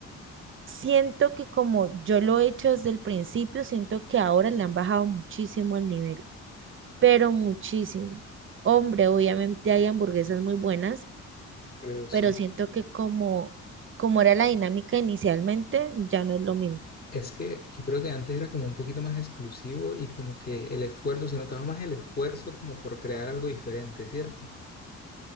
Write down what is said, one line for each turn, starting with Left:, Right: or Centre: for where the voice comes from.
Right: siento que como yo lo he hecho desde el principio, siento que ahora le han bajado muchísimo el nivel, pero muchísimo. Hombre, obviamente hay hamburguesas muy buenas,
Left: yo creo sí.
Right: pero siento que como, como era la dinámica inicialmente, ya no es lo mismo.
Left: Es que yo creo que antes era como un poquito más exclusivo y como que el esfuerzo, se notaba más el esfuerzo como por crear algo diferente, ¿cierto?